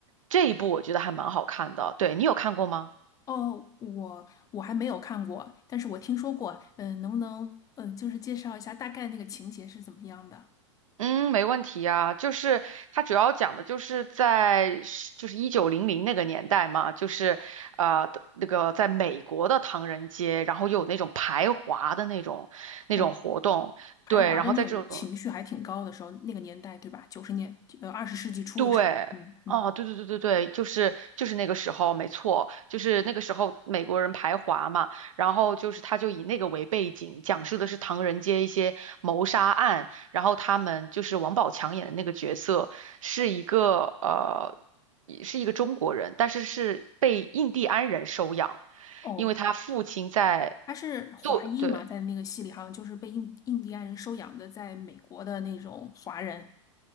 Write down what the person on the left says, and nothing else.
哦，我我还没有看过，但是我听说过。嗯，能不能嗯，就是介绍一下大概那个情节是怎么样的？
哦，排华的那种情绪还挺高的时候，
那个年代对吧？九十年呃二十世纪初的时候，
嗯嗯。
哦，
他是华裔嘛，
在那个戏里好像就是被印印第安人收养的，在美国的那种华人。